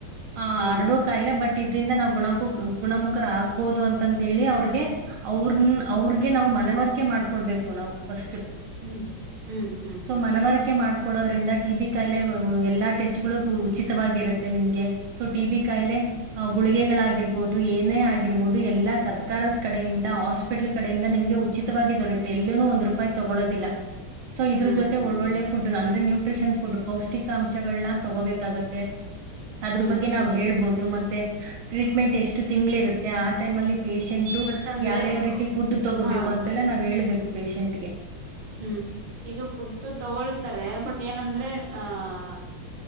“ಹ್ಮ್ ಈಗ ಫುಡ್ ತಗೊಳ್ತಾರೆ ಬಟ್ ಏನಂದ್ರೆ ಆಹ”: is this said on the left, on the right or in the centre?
Right